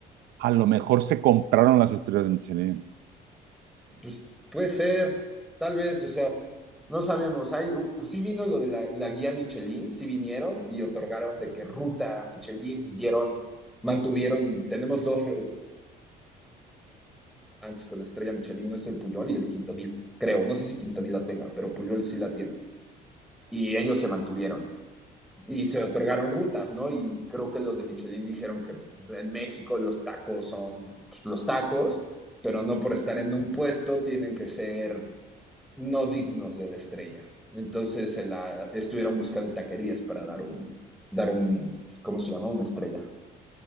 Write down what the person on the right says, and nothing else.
A lo mejor se compraron las estrellas de Michelin.